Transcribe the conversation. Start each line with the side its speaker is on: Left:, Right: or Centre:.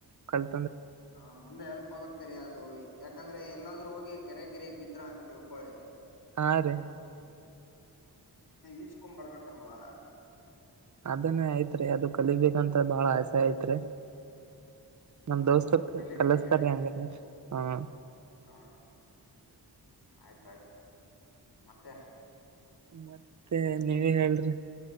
Right: ಕಲ್
Left: ಹಾ ಮುಂದೆ ಎಲ್ಪ್ ಆಗುತ್ತೆರಿ ಅದು ಯಾಕಂದ್ರೆ ಎಲ್ಲಾದ್ರೂ ಕೆರೆಗೆರೆಗ್ ಬಿದ್ರಾ ಅಂತ ತಿಳ್ಕೊಳೆ
Right: ಹಾ ರೀ
Left: ಇಸೊಕೊಂಡ ಬರ್ಬೇಕಲ್ವಾ
Right: ಅದನ್ನೇ ಆಯ್ತ್ರಿ ಅದು ಕಲಿಬೇಕಂತ ಬಾಳ ಆಸೆ ಆಯ್ತ್ರಿ ನಮ
Left: ಹಾ
Right: ದೋಸ್ತಕ್
Left: ಹಾ ಕಲೀರಿ
Right: ಕಲಸ್ತಾರಿ
Left: ಕಲೀರಿ
Right: ಹಂಗನ ಹ
Left: ಹಾ ಆಯ್ತು ಆಯ್ತು ಮತ್ತೆ
Right: ಮತ್ತೆ ನೀವ ಹೇಳ್ರಿ